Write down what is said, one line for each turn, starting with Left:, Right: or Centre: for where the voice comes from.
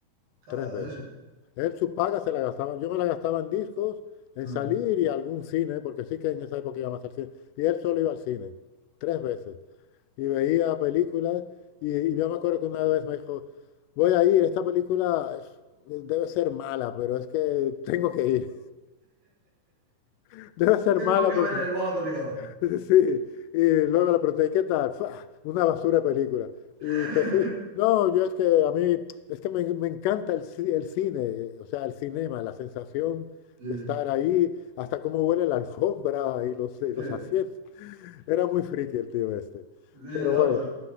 Right: claro,
Left: tres veces.
Right: eso.
Left: Él su paga se la gastaba, yo me la gastaba en discos, en
Right: <laughs>
Left: salir y algún cine, porque sí que en esa época iba más al cine. Y él solo iba al cine, tres veces. Y veía películas y, y yo me acuerdo que una vez me dijo, voy a ir, esta película es- debe ser mala, pero es que tengo que ir. <laughs> Debe ser
Right: Tengo
Left: mala
Right: que
Left: porque...
Right: ver
Left: <laughs>
Right: el bodrio.
Left: Sí, y luego le pregunté, "¿Y ¿qué tal? "Fua, Una basura de película. Y
Right: <laughs>
Left: te fuiste. No, yo es que a mí, es que me, me encanta el, ci- el cine, o sea, el cinema, la sensación
Right: Sí,
Left: de estar ahí, hasta cómo huele la alfombra y los, y
Right: sí,
Left: los asientos. Era muy friki el tío este.
Right: no,
Left: Pero bueno.
Right: pues